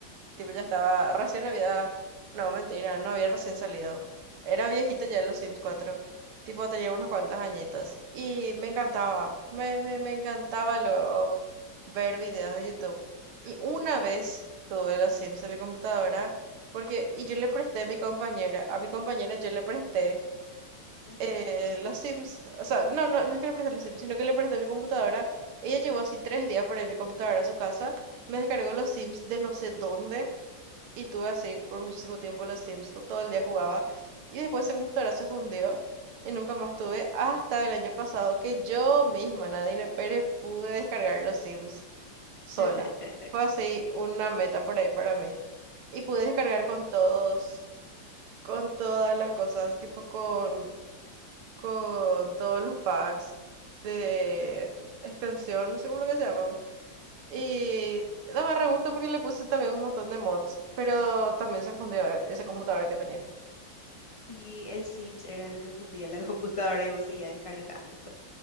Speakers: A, on the right; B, on the left.
A: tipo, ya estaba, recién había, no, mentira, no había recién salido. Era viejito ya los Sims cuatro Tipo, tenía unos cuantos añitos. Y me encantaba, me, me, me encantaba luego ver videos de YouTube. Y una vez tuve los Sims en mi computadora, porque, y yo le presté a mi compañera, a mi compañera yo le presté
B: <laughs> Ujú.
A: eh, los Sims, o sea, no, no, no es que le presté los Sims, sino que le presté mi computadora. Ella llevó así tres días por ahí mi computadora a su casa, me descargó los Sims de no sé dónde y tuve así por muchísimo tiempo los Sims, to- todo el día jugaba y después esa computadora se fundió y nunca más tuve hasta el año pasado que yo misma, Nadine Pérez, pude descargar los Sims sola.
B: <laughs>
A: Fue así una meta por ahí para mí. Y pude descargar con todos, con todas las cosas, tipo con con todos los packs de extensión, no sé cómo lo que se llaman. Y daba re gusto porque le puse también un montón de mods, pero también se fundió esa computadora que tenía.
B: Sí, el Sims era lo que fundía la <laughs> computadora y vos seguías descargando.